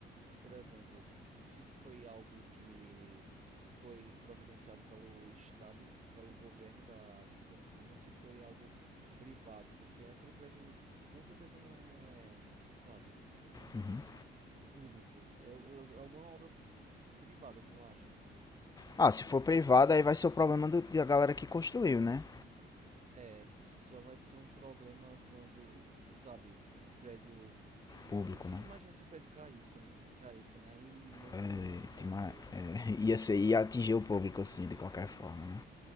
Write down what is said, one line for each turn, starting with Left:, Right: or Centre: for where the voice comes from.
Right: por exemplo, se isso foi algo que foi providenciado pelo estado, pelo governo da de Campinas, ou se foi algo privado, porque aquele prédio com certeza não é, sabe,
Left: Uhum.
Right: público. É é é alguma obra Privada, tu não acha?
Left: Ah, se for privado, aí vai ser o problema do- da galera que construiu, né?
Right: É, só vai ser um problema quando, sabe, o prédio.
Left: Público,
Right: e se-
Left: né?
Right: imagina se o prédio caísse, caísse, né? E meio
Left: É,
Right: que não ia ser
Left: Timar-
Right: muito
Left: é, <laughs> ia ser, ia atingir o público assim, de qualquer forma, né?